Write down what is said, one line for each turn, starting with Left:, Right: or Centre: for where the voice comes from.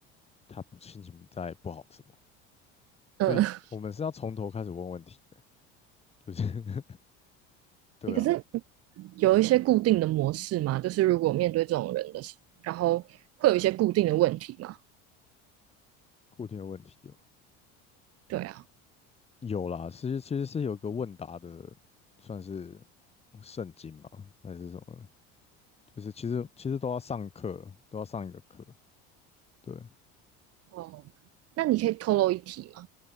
Left: 他心情在不好什么。
Right: 嗯，
Left: 所以我们是要从头开始问问题的，
Right: <laughs>
Left: 就是 <laughs> 对啊，
Right: 欸可是有一些固定的模式吗？就是如果面对这种人的时候，然后会有一些固定的问题吗？
Left: 固定的问题有
Right: 对啊，
Left: 有啦，其实其实是有个问答的，算是圣经嘛，还是什么？就是其实其实都要上课，都要上一个课，对，
Right: 哦，那你可以透露一题吗？